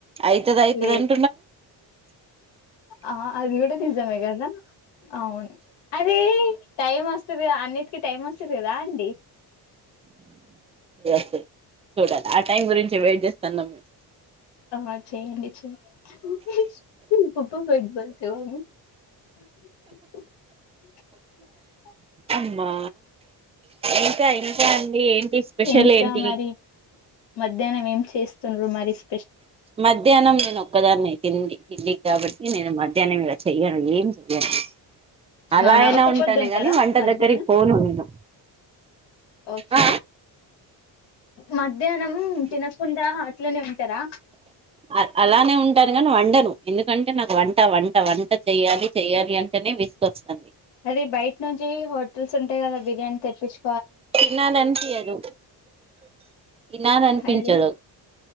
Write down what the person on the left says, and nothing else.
లేదు
ఆ అది గుడ నిజమే కదా అవున్ అరీ టైం ఒస్తదిగా అన్నిటికి టైం ఒస్తది గదా అండి
ఆ చేయండి చె <unintelligible>
ఇంకా
మరి మధ్యానం ఏం చేస్తుండ్రు మరిస్
అవునా
ఒక
పొద్దుంటారా
మధ్యాహ్నం
ఓకే
మధ్యాహ్నం తినకుండా అట్లనే ఉంటరా
అది బైట్ నుంచి హోటల్స్ ఉంటయి గదా బిర్యానీ తెప్పిచ్
హలీం